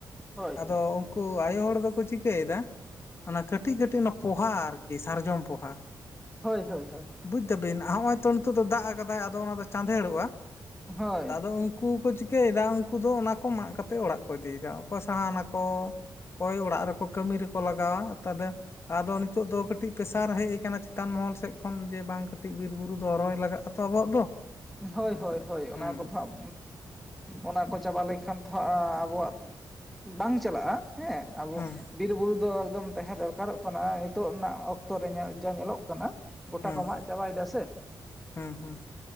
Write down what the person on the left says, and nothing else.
ᱟᱫᱚ ᱩᱱᱠᱩ ᱟᱭᱳ ᱦᱚᱲ ᱫᱚᱠᱚ ᱪᱤᱠᱟᱹᱭᱮᱫᱟᱼᱼ ᱚᱱᱟ ᱠᱟᱹᱴᱤᱡ ᱠᱟᱹᱴᱤᱡ ᱚᱱᱟ ᱯᱚᱦᱟ ᱟᱨᱠᱤ ᱥᱟᱨᱡᱚᱢ ᱯᱚᱦᱟᱼ
ᱵᱩᱡ ᱫᱟᱵᱤᱱ ᱦᱚᱜᱼᱚᱭ ᱛᱚ ᱱᱤᱛᱚᱜ ᱫᱚ ᱫᱟᱜ ᱟᱠᱟᱫᱟᱭ ᱟᱫᱚ ᱚᱱᱟ ᱫᱚ ᱪᱟᱸᱫᱮᱲᱚᱜᱼᱟ
ᱛ ᱟᱫᱚ ᱩᱱᱠᱩᱼ ᱠᱚ ᱪᱤᱠᱟᱹᱭᱮᱫᱟ ᱩᱱᱠᱩ ᱫᱚ ᱚᱱᱟ ᱠᱚ ᱢᱟᱜ ᱠᱟᱛᱮᱮᱫ ᱚᱲᱟᱜ ᱠᱚ ᱤᱫᱤᱭᱮᱫᱟ ᱚᱠᱚᱭ ᱥᱟᱦᱟᱱ ᱟᱠᱠᱚ, ᱚᱠᱚᱭ ᱚᱲᱟᱜᱨᱮ ᱠᱚ ᱠᱟᱹᱢᱤ ᱨᱮᱠᱚ ᱞᱟᱜᱟᱣᱟ ᱟᱫᱚ ᱟᱫᱚ ᱱᱤᱛᱳᱜ ᱫᱚ ᱠᱟᱹᱴᱤᱡ ᱯᱮᱥᱟᱨ ᱦᱮᱡ ᱟᱠᱟᱱᱟ ᱪᱮᱛᱟᱱ ᱢᱚᱦᱚᱞ ᱥᱮᱫ ᱠᱷᱚᱱ ᱡᱮ ᱵᱟᱝ ᱠᱟᱹᱴᱤᱡ ᱵᱤᱨ ᱵᱩᱨᱩ ᱫᱚ ᱦᱚᱨᱚᱭ ᱞᱟᱜᱟᱜ ᱛᱚ ᱛᱚ ᱟᱵᱚᱣᱟᱜ ᱫᱚ
ᱦᱩᱸ
ᱦᱩᱸ
ᱦᱩᱸ
ᱦᱩᱸ ᱦᱩᱸ